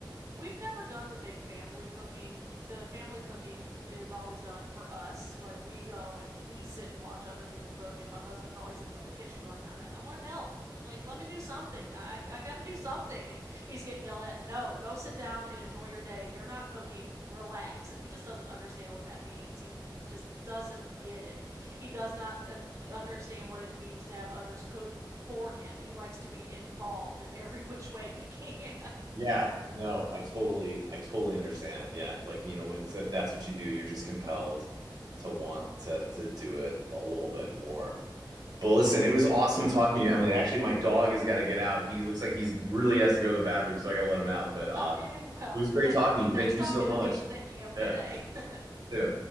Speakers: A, on the right; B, on the right.
A: We've never done the big family cooking. The family cooking is always done for us. Like we go and we sit and watch other people cook, and my husband's always in the kitchen going, "I, I want to help. Like let me do something. I I got to do something." And he's getting yelled at, "No, go sit down and enjoy your day. You're not cooking. Relax." And he just doesn't understand what that means. He just doesn't get it. He does not uh, understand what it means to have others cook for him. He likes to be involved in every <laughs> which way he can. <laughs>
B: Yeah. No, I totally, I totally understand. Yeah, like you know when it's if that's what you do, you're just compelled to want to to do it a little bit more. But listen, it was awesome talking to you, Emily. Actually, my dog has got to get out. He looks like he's really has to go to the bathroom, so I got to let him out. But uh,
A: Okay, <laughs> well,
B: it was great
A: then
B: talking to you.
A: thanks
B: Thank
A: talking
B: you so much.
A: to me. Thank you. Have a good
B: Yeah.
A: day. <laughs>
B: Yeah.